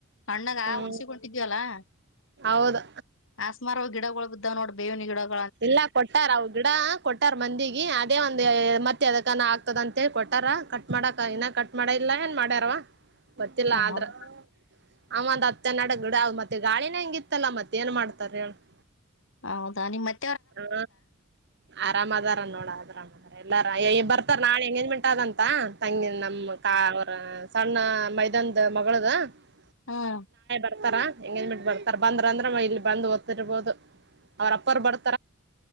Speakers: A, on the left (about 60°); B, on the right (about 55°).
A: ಅಣ್ಣಗ
B: ಹ್ಮ್
A: ಉಣಸಿಗೆ, ಹೊಂಟೀದ್ದಿವಿ ಅಲ್ಲ. <inaudible>
B: ಹೌದು
A: ಆಸ್ಮಾರ್, ಗಿಡಗೋಳ್, ಬಿದ್ದಾವ ನೋಡ್, ಬೇವಿನ, ಗಿಡ. <inaudible>
B: ಇಲ್ಲ, ಕೊಟ್ಟಾರ ಅವು, ಗಿಡ. <inaudible> ಕೊಟ್ಟಾರ, ಮಂದಿಗೆ ಅದೇ! ವಂದು, ಮತ್ತೆ ಎದಕನಾ, ಆಗ್ತದ ಅಂತ ಹೇಳಿ! ಕೊಟ್ಟಾರ ಕಟ್ ಮಾಡಕ್ ಇನ್ನ ಕಟ್ ಮಾಡ ಇಲ್ಲ. <inaudible> ಎಲ್ಲ, ಏನ್ ಮಾಡ್ಯಾರವಾ! ಗೊತ್ತಿಲ್ಲ ಆದ್ರ.
A: ಹೌದ
B: <inaudible> ಹಾಂಗ್ಯಂಥ, ಹತುನಾಡು, ಗಿಡ, ಮತ್ತೆ ಗಾಳಿನ ಹೆಂಗ ಇತ್ತಲ್ಲಾ ಮತ್ತತ್ ಏನ್ ಮಾಡ್ತಾರೆ, ಹೇಳು? <inaudible>
A: ಹೌದಾ, ನಿಮ್ಮತ್ತೆ? <inaudible>
B: ಹಾ, ಆರಾಮ್ ಅದಾರ ನೋಡು. ಅರಾಮದ ಎಲ್ಲಾರ, ಬರುತ್ತಾರೆ, ನಾಳೆ, ಎಂಗೇಜ್ಮೆಂಟ್ ಆದ. <inaudible> ಅದೆಂತಾ, ತಂಗಿ, ನಮ ಕಾ, ಅವ್ರ ಸಣ್ಣ ಮೈದಾನದು, ಮಗಳದು. <unintelligible>
A: ಹೂ. <inaudible>
B: ಬರ್ತಾರ, ಎಂಗೇಜ್ಮೆಂಟ್ ಬರ್ತಾರ! ಬಂದ್ರ ಅಂದ್ರೆ, ಇಲ್ಲಿ ಬಂದು ಓದತ್ತಿರ್ಬೋದು, ಅವ್ರ ಅಪ್ಪರು, ಬರುತ್ತಾ. <inaudible>